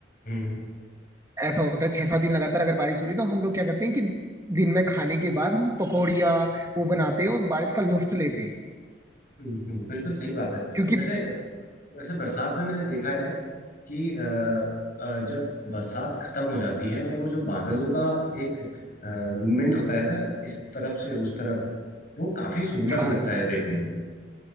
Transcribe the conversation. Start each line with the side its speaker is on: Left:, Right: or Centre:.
Left: हम्म
Right: ऐसा होता है छह सात दिन लगातार अगर बारिश हो रही है तो हम लोग क्या करते हैं कि दिन में खाने के बाद हम पकौड़िया वो बनाते हैं और बारिश का लुत्फ लेते हैं
Left: हम्म हम्म बिल्कुल सही बात है
Right: क्योंकि
Left: वैसे वैसे बरसात में मैंने देखा है कि अ, अ, जब बरसात खत्म हो जाती है और वो जो बादलों का एक मूवमेंट होता है ना इस तरफ से उस तरफ वो काफी सुंदर
Right: हाँ
Left: लगता है देखने में